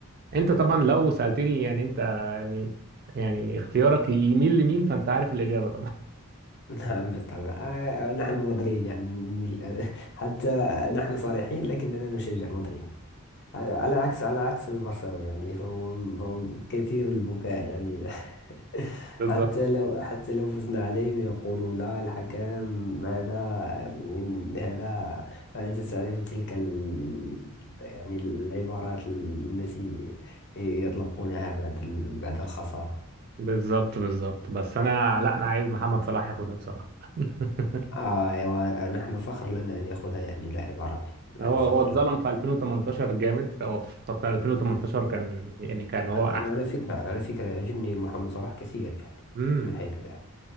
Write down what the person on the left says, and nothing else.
<laughs> نعم بالطبع آه، آه، نحن مدريد يعني نميل- <laughs> حتى نحن صريحين لكننا نشجع مدريد على على عكس على عكس المرساوي يعني <laughs> فهم فهم كثير البكاء يعني <laughs>
حتى لو حتى لو فزنا عليهم يقولوا لا الحكام هذا من هذا فأنت تعرف تلك ال يعني العبارات التي يطلقونها بعد ال بعد الخسارة
آه أيوة نحن فخر لنا أن يأخذها يعني لاعب عربي
نحن فخر
لنا.
أنا
على فكرة على فكرة يعجبني محمد صلاح كثير يعني
من حيث اللعب